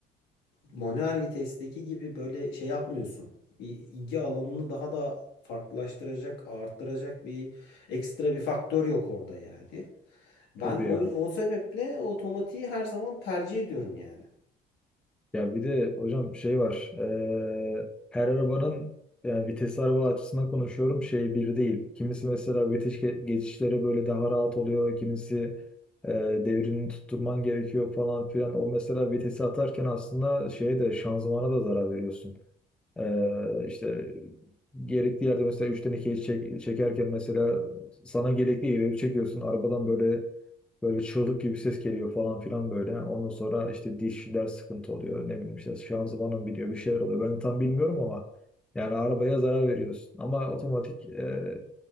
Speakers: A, on the left; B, in the centre.
A: manuel vitesteki gibi böyle şey yapmıyorsun. Bir ilgi alanını daha da farklılaştıracak, arttıracak bir ekstra bir faktör yok orada yani. Ben
B: Tabii
A: o,
B: ya.
A: o sebeple otomatiği her zaman tercih ediyorum yani.
B: Ya bir de hocam şey var. eee, her arabanın yani vites araba açısından konuşuyorum şey bir değil. Kimisi mesela vites ge- geçişleri böyle daha rahat oluyor. Kimisi eee devrini tutturman gerekiyor falan filan. O mesela vitesi atarken aslında şeye de şanzımana da zarar veriyorsun. Ee, işte gerekli yerde mesela üçten ikiye çek, çekerken mesela sana gerekli yere çekiyorsun. Arabadan böyle böyle çığlık gibi ses geliyor falan filan böyle. Ondan sonra işte dişler sıkıntı oluyor. Ne bileyim işte şanzımanın biniyor bir şeyler oluyor. Ben tam bilmiyorum ama yani arabaya zarar veriyorsun. Ama otomatik e,